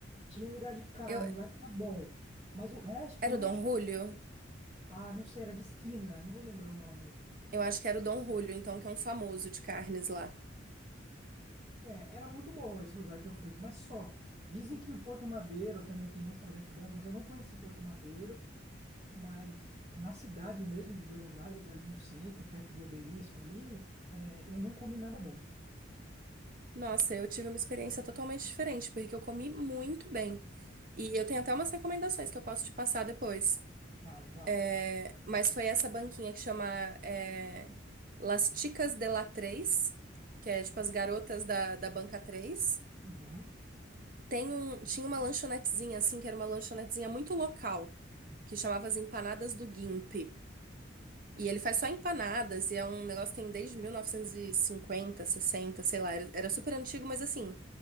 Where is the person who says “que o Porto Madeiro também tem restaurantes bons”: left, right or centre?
Right